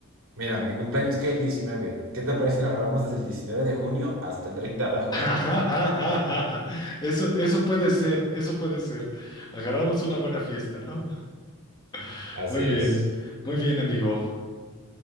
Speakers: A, on the right; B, on the left.
A: Mira, mi cumpleaños que el 19. ¿Qué te parece si lo agarramos desde el 19 de junio hasta el treinta de agosto?
B: <laughs> Eso, eso puede ser, eso puede ser. Agarramos una buena fiesta, ¿no? <laughs>
A: Así
B: Muy bien,
A: es.
B: muy bien, amigo.